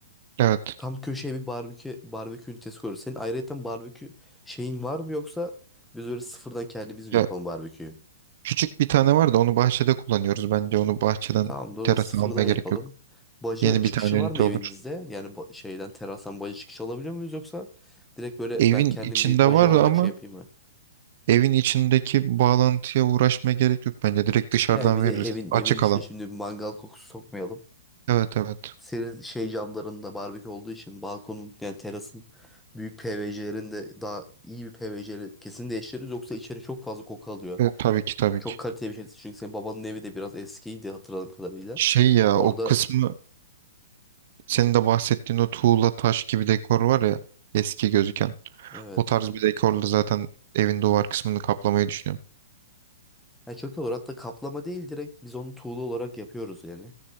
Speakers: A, on the right; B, in the centre.
A: Evet.
B: Tam köşeye bir barbekü barbekü ünitesi koyuyoruz. Senin ayrıyeten barbekü şeyin var mı yoksa biz öyle sıfırdan kendimiz mi
A: Ya
B: yapalım barbeküyü?
A: küçük bir tane var da onu bahçede kullanıyoruz. Bence onu bahçeden
B: Tamam da o zaman
A: terasa
B: sıfırdan
A: almaya gerek
B: yapalım.
A: yok.
B: Baca
A: Yeni
B: çıkışı
A: bir tane ünite
B: var mı evinizde?
A: olur.
B: Yani ba- şeyden terastan baca çıkışı alabiliyor muyuz yoksa direkt böyle
A: Evin
B: ben kendim
A: içinde
B: bir baca
A: var
B: olarak
A: ama
B: şey yapayım mı?
A: evin içindeki bağlantıya uğraşmaya gerek yok bence. Direkt dışarıdan
B: Yani bir
A: veririz.
B: de evin
A: Açık
B: evin içine
A: alan.
B: şimdi bir mangal kokusu sokmayalım.
A: Evet evet.
B: Senin şey camlarında barbekü olduğu için balkonun yani terasın büyük PVC'lerinde daha iyi bir PVC'leri kesin değiştiririz yoksa içeri çok fazla koku alıyor.
A: Evet, tabii ki tabii
B: Çok
A: ki.
B: kaliteli bir şey değil. çünkü senin babanın evi de biraz eskiydi hatırladığım kadarıyla.
A: Şey ya
B: Orada
A: o kısmı senin de bahsettiğin o tuğla taş gibi dekor var ya eski gözüken.
B: evet
A: O tarz bir dekorla zaten evin duvar kısmını kaplamayı düşünüyorum.
B: Yani çok iyi olur. Hatta kaplama değil direkt biz onu tuğla olarak yapıyoruz yani.